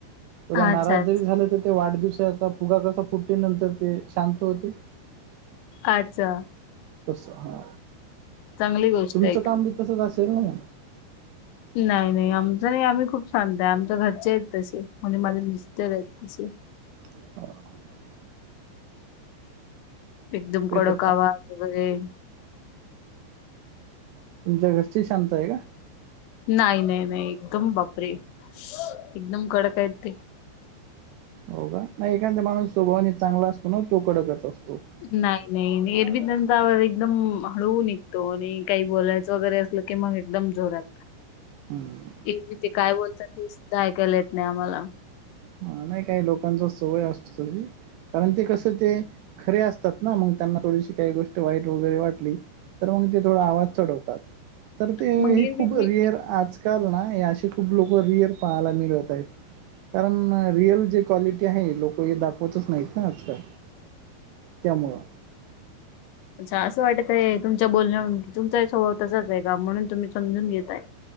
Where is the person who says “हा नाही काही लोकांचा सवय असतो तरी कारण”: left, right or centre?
Right